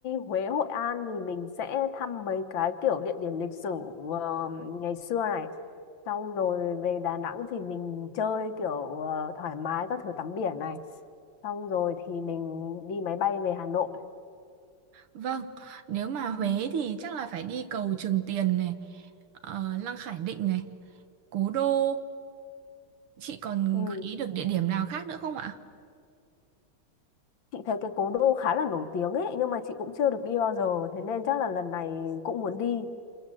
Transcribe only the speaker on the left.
Huế Hội An thì mình sẽ thăm mấy cái kiểu địa điểm lịch sử ờ, ngày xưa này xong rồi về Đà Nẵng thì mình chơi kiểu ờ, thoải mái các thứ tắm biển này xong rồi thì mình đi máy bay về Hà Nội
ừ.
chị thấy cái cố đô khá là nổi tiếng ấy nhưng mà chị cũng chưa được đi bao giờ thế nên chắc là lần này cũng muốn đi